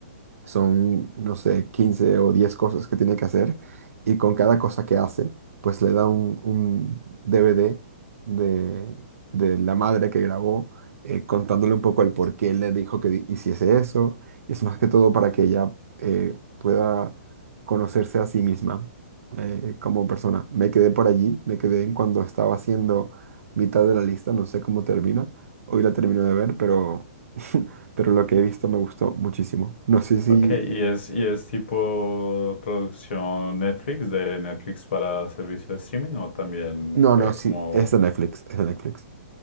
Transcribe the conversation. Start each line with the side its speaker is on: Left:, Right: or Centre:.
Right: son, no sé, 15 o 10 cosas que tiene que hacer y con cada cosa que hace, pues le da un, un DVD de, de la madre que grabó eh, contándole un poco el por qué le dijo que di- hiciese eso. Y es más que todo para que ella eh, pueda conocerse a sí misma eh, como persona. Me quedé por allí, me quedé en cuando estaba haciendo mitad de la lista, no sé cómo termina. Hoy la termino de ver, pero <laughs> pero lo que he visto me gustó muchísimo. No sé si...
Left: Ok, y es, y es tipo producción Netflix, de Netflix para servicio de streaming, o también
Right: No,
Left: fue
Right: no, sí,
Left: como,
Right: es de Netflix, es de Netflix.